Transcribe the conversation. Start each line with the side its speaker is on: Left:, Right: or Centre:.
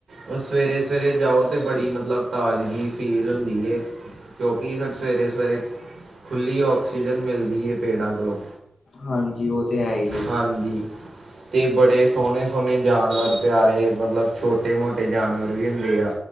Right: ਹੁ ਸਵੇਰੇ ਸਵੇਰੇ ਜਾਓ, ਤਾਂ ਬੜੀ ਮਤਲਬ ਤਾਜ਼ਗੀ ਫੀਲ ਹੁੰਦੀ ਹੈ ਕਿਉਂਕਿ ਫਿਰ ਸਵੇਰੇ-ਸਵੇਰੇ ਖੁੱਲ੍ਹੀ ਆਕਸੀਜਨ ਮਿਲਦੀ ਏ ਪੇੜਾਂ ਕੋਲੋਂ
Left: ਹਾਂਜੀ, ਉਹ ਤੇ ਹੈ ਹੀ
Right: ਹਾਂਜੀ ਅਤੇ ਬੜੇ ਸੋਹਣੇ-ਸੋਹਣੇ ਜਾਨਵਰ ਪਿਆਰੇ ਮਤਲਬ, ਛੋਟੇ ਮੋਟੇ ਜਾਨਵਰ ਵੀ ਹੁੰਦੇ ਆ